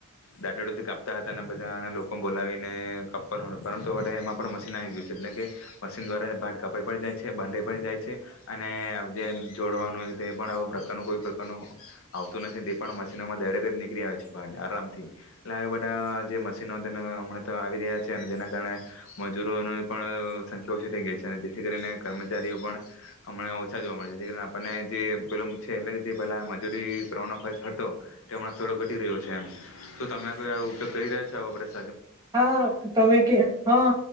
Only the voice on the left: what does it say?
દાટેડુંથી કાપતા હતા અને બધાના લોકો બોલાવીને કપવાનું પરંતુ હવે એમાં પણ મશીન આવી ગયું છે એટલે કે મશીન દ્વારા ભાત કાપાઈ પડી જાય છે બાંધાઈ પડી જાય છે અને જે. <unintelligible> જોડવાનું તે પણ આ પ્રકારનું કોઈ પ્રકારનું આવતું નથી તે પણ મશીનોમાં દરેક જ નીકળી આવે છે આરામથી એટલે આ બધા જે મશીનો તેને હમણાં તો આવી રહ્યા છે અને જેના કારણે મજૂરોની પણ સંખ્યા ઓછી થઈ ગઈ છે જેથી કરીને કર્મચારીઓ પણ હમણાં ઓછા જોવા મળે છે જે અને જે પેલું છે એટલે જે પેલા મજૂરી કરવાનો ખર્ચ હતો તે હમણાં થોડો ઘટી રહ્યો છે એમ તો તમે કોઈ ઉપયોગ કરી રહ્યા છો આપડ